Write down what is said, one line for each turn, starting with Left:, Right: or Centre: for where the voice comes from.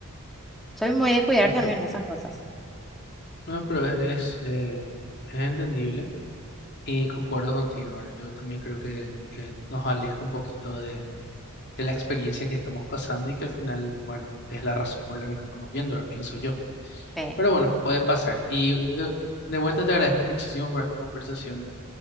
Centre: Soy muy de cuidar
Left: está
Centre: también
Left: bien.
Centre: esas cosas.
Left: No, pero es, es, eh, es entendible y concuerdo contigo. Ar. Yo también creo que, que nos aleja un poquito de, de la experiencia que estamos pasando y que al final, bueno, es la razón por la que nos estamos yendo, Ar, pienso yo.
Centre: sí.
Left: Pero bueno, puede pasar. Y eh, de vuelta te agradezco muchísimo por esta conversación